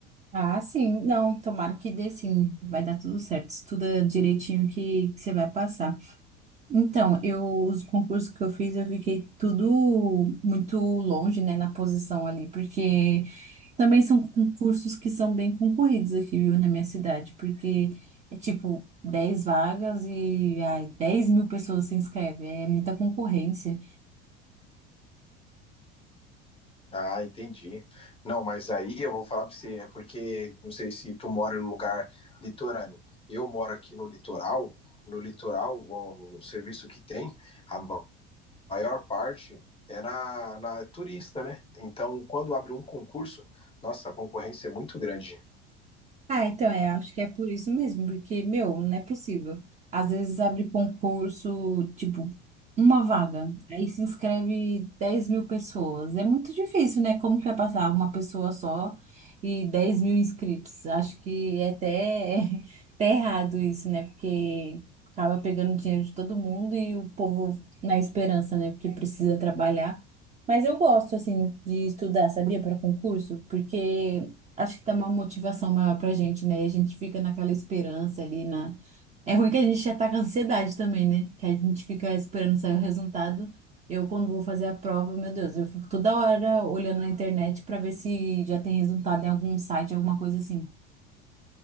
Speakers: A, on the right (about 20°); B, on the left (about 15°).
A: Ah, sim, não, tomara que dê sim, vai dar tudo certo, estuda direitinho que, que você vai passar. Então, eu, os concursos que eu fiz, eu fiquei tudo muito longe, né, na posição ali, porque Também são concursos que são bem concorridos aqui, viu, na minha cidade, porque é tipo 10 vagas e ai, 10 mil pessoas se inscrevem, é muita concorrência.
B: Ah, entendi. Não, mas aí eu vou falar para você, é porque não sei se tu mora em um lugar litorâneo. Eu moro aqui no litoral, e no litoral, o, o serviço que tem, a ma- maior parte é na, na turista, né? Então, quando abre um concurso, nossa, a concorrência é muito grande.
A: Ah, então, é, acho que é por isso mesmo, porque, meu, não é possível. Às vezes abre concurso, tipo, uma vaga, aí se inscreve 10 mil pessoas. É muito difícil, né? Como que vai passar uma pessoa só e 10 mil inscritos? Acho que é até, <laughs> até errado isso, né? Porque acaba pegando dinheiro de todo mundo e o povo na esperança, né? Porque precisa trabalhar. Mas eu gosto, assim, de estudar, sabia, para concurso? Porque acho que dá uma motivação maior pra gente, né? E a gente fica naquela esperança ali na. É ruim que a gente ataca a ansiedade também, né? Que a gente fica esperando sair o resultado. Eu, quando vou fazer a prova, meu Deus, eu fico toda hora olhando na internet pra ver se já tem resultado em algum site, alguma coisa assim.